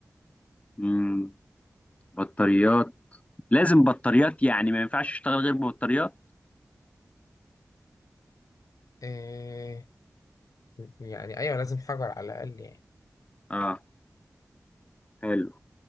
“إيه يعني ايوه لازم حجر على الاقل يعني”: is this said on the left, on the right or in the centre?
Left